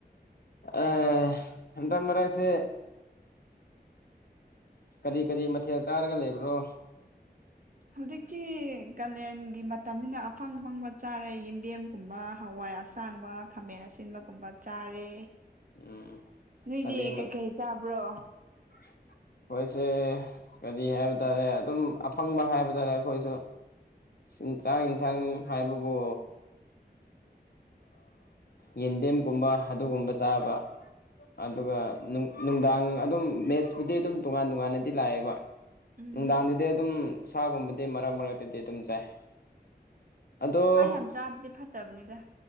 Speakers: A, on the left; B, on the right.
A: ꯑꯥ ꯍꯟꯗꯛ ꯃꯔꯛꯁꯦ ꯀ꯭ꯔꯤ ꯀ꯭ꯔꯤ ꯃꯊꯦꯜ ꯆꯥꯔꯒ ꯂꯩꯕ꯭ꯔꯣ
B: ꯍꯧꯖꯤꯛꯇꯤ ꯀꯥꯂꯦꯟꯒꯤ ꯃꯇꯝꯅꯤꯅ ꯑꯐꯪ ꯑꯐꯪꯕ ꯆꯥꯔꯦ ꯌꯦꯟꯗꯦꯝ ꯒꯨꯝꯕ ꯍꯋꯥꯏ ꯑꯁꯥꯡꯕ ꯈꯥꯃꯦꯟ ꯑꯁꯤꯟꯕꯒꯨꯝꯕ ꯆꯥꯔꯦ
A: ꯎꯝ
B: ꯅꯣꯏꯗꯤ
A: ꯀꯥꯂꯦꯟ
B: ꯀꯩꯀꯩ ꯆꯥꯕ꯭ꯔꯣ
A: <inaudible> ꯑꯩꯈꯣꯏꯁꯦ ꯀꯔꯤ ꯍꯥꯏꯕ ꯇꯥꯔꯦ ꯑꯗꯨꯝ ꯑꯐꯪꯕ ꯍꯥꯏꯕ ꯇꯥꯔꯦ ꯑꯩꯈꯣꯏꯁꯨ ꯆꯤꯟ ꯆꯥꯛ ꯌꯦꯟꯁꯥꯡ ꯍꯥꯏꯕꯕꯨ ꯌꯦꯟꯗꯦꯝꯒꯨꯝꯕ ꯑꯗꯨꯒꯨꯝꯕ ꯆꯥꯕ ꯑꯗꯨꯒ ꯅꯨꯡꯗꯥꯡ ꯑꯗꯨꯝ ꯃꯦꯛꯠꯁꯄꯨꯗꯤ ꯑꯗꯨꯝ ꯇꯣꯉꯥꯟ ꯇꯣꯉꯥꯟꯅꯗꯤ ꯂꯥꯛꯑꯦꯕ
B: ꯎꯝ
A: ꯅꯨꯡꯗꯥꯡꯗꯗꯤ ꯑꯗꯨꯝ ꯁꯥꯒꯨꯝꯕꯗꯤ ꯃꯔꯛ ꯃꯔꯛꯇꯗꯤ ꯑꯗꯨꯝ ꯆꯥꯏ ꯑꯗꯣ
B: ꯁꯥ ꯌꯥꯝ ꯆꯥꯕꯗꯤ ꯐꯠꯇꯕꯅꯤꯗ